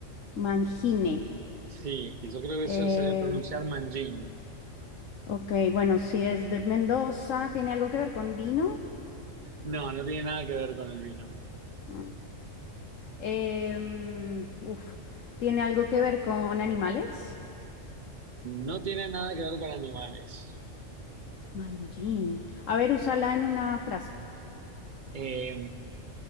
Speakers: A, on the left; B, on the right.
A: Mangine.
B: Sí, y yo creo que
A: Eh,
B: eso se debe pronunciar manjín.
A: ok, bueno, si es de Mendoza, ¿tiene algo que ver con vino?
B: No, no tiene nada que ver con el vino.
A: Mm. Em, uf, ¿tiene algo que ver con animales?
B: No tiene nada que ver con animales.
A: Manjín. A ver, úsala en una frase.
B: Eh,